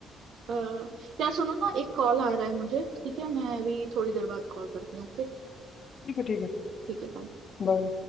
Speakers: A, on the right; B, on the left.
A: अ, यार सुनो ना एक कॉल आ रहा है मुझे ठीक है मैं अभी थोड़ी देर बाद कॉल करती हूँ ओके
B: ठीक है ठीक है
A: ठीक है bye.
B: बाय